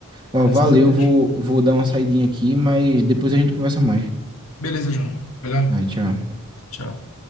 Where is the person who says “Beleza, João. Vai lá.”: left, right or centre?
Left